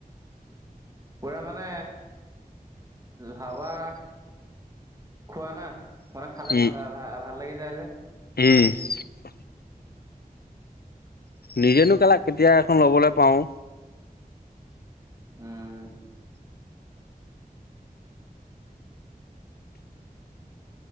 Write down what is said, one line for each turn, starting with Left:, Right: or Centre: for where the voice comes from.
Right: পৰা মানে, হাৱা খোৱা নাই মানে খালে
Left: উম
Right: ভাল-ভাল লাগি যায় যে <inaudible>
Left: উম <unintelligible> নিজেনো কেলা কেতিয়া এখন ল'বলৈ পাওঁ।
Right: উম।